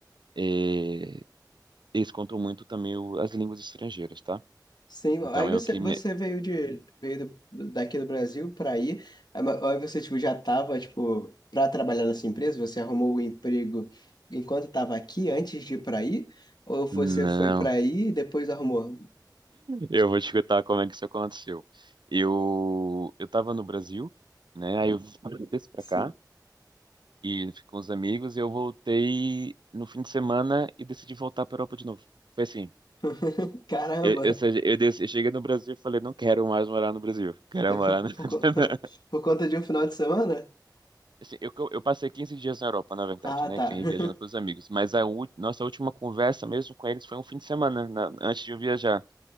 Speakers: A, on the right (about 85°); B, on the left (about 65°).
A: eh, eles contam muito também o- as línguas estrangeiras, tá?
B: Sim,
A: Então,
B: aí você,
A: eu que
B: você
A: me,
B: veio de veio do- daqui do Brasil para aí, aí ma- aí você tipo já tava tipo para trabalhar nessa empresa, você arrumou o emprego enquanto estava aqui antes de ir para aí, ou você
A: Não,
B: foi para aí e depois arrumou?
A: eu vou te contar como é que isso aconteceu. Eu eu estava no Brasil, né? Aí eu desci para
B: Sim.
A: cá e fiquei com os amigos e eu voltei no fim de semana e decidi voltar para Europa de novo. Foi assim.
B: <laughs> Caramba.
A: Eu, eu, sei- eu, des- eu cheguei no Brasil e falei, não quero mais morar no Brasil. <laughs> Quero
B: E
A: morar
B: por,
A: na...
B: por, co- <laughs>
A: <laughs>
B: por conta de um final de semana?
A: Assim, eu, eu passei 15 dias na Europa, na verdade,
B: Ah,
A: né?
B: tá.
A: Quem
B: <laughs>
A: viajando com os amigos. Mas a ú- nossa última conversa mesmo com eles foi um fim de semana, na- antes de eu viajar.